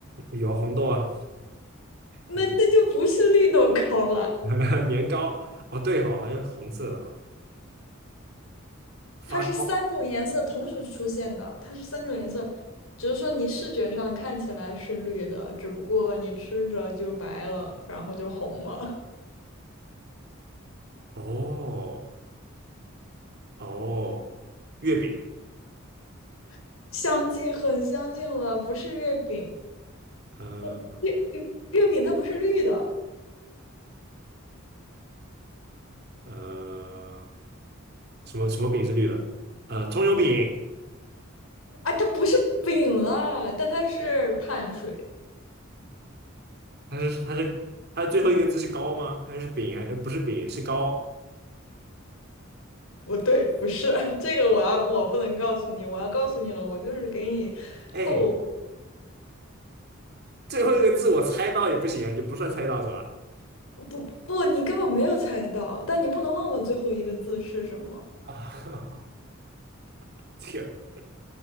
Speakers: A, on the right; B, on the left.
A: 有啊红豆啊，
B: 那那就不是绿豆糕了。
A: 红 <laughs> 年糕，哦对哈、还有红色的哈、发糕，
B: 它是三种颜色同时出现的，它是三种颜色，只是说你视觉上看起来是绿的，只不过你吃着就白了，然后就红了，
A: 哦。哦，月饼，
B: <laughs> 相近很相近了，不是月饼，
A: 呃
B: 不月月月饼它不是绿的，
A: 呃，什么什么饼是绿的？呃，葱油饼，
B: 啊，它不是饼啦，但它是碳水，
A: 它是它是它最后一个字是糕吗？还是饼？还呃不是饼，是糕。
B: 不对，不是 <laughs> 这个，我要我不能告诉你，我要告诉你了，我就是给你透。
A: 哎，最后一个字我猜到也不行啊，也不算猜到是吧？
B: 不不，你根本没有猜到，但你不能问我最后一个字是什么。
A: 啊，<laughs> 这个